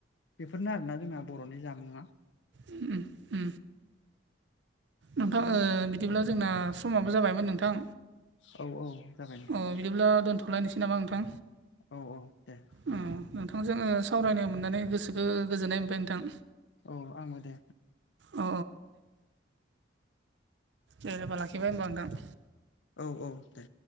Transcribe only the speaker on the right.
उ उ नोंथां
बि बिदिब्ला जोंना समाबो जाबायमोन नोंथां
अ बिदिब्ला दोनथ'लायनोसै नामा नोंथां
अ
नोंथांजों सावरायनो मोननानै गोसोखौ गोजोननाय मोनबाय नोंथां
औ जेनेबा लाखिबाय होनोमबा नोंथां